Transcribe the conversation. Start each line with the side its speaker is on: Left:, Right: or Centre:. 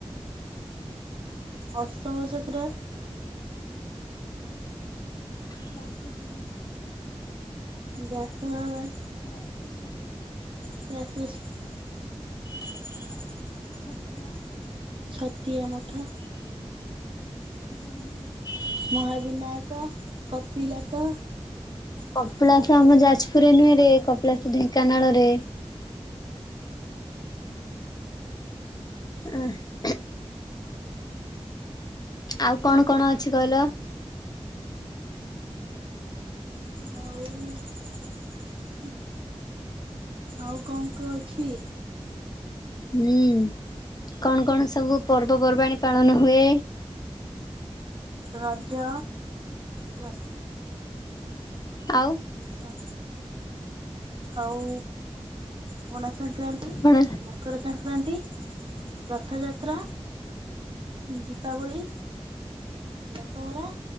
Right: ଅଶୋକ ଚକ୍ର
Left: <unintelligible>
Right: ଦେଖିବା ପାଇଁ
Left: <unintelligible>
Right: <unintelligible>
Left: ଛତିଆ
Right: ଛତିଆ ମଠ
Left: <unintelligible>
Right: ମହାବୀନାୟକ, କପିଳାସ
Left: କପିଳାସ ଆମ ଯାଜପୁରରେ ନୁହେଁରେ କପିଳାସ ଢେଙ୍କାନାଳରେ। ଉଁହୁଁ। ଆଉ କଣ କଣ ଅଛି କହିଲ।
Right: ଆଉ ଆଉ କଣ କଣ ଅଛି।
Left: ହୁଁ କଣ କଣ ସବୁ ପର୍ବପର୍ବାଣିୀ ପାଳନ ହୁଏ?
Right: ରଜ ପ୍ର
Left: ଆଉ।
Right: ହଁ ଆଉ ପଣା ସଂକ୍ରାନ୍ତି
Left: କଣ
Right: ମକର ସଂକ୍ରାନ୍ତି, ରଥଯାତ୍ରା ଦୀପାବଳି, ଦଶହରା